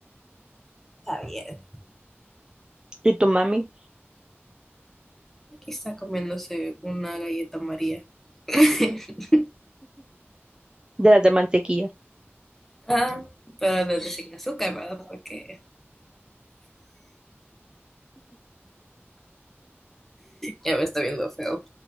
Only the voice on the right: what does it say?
y tu mami
de las de mantequilla.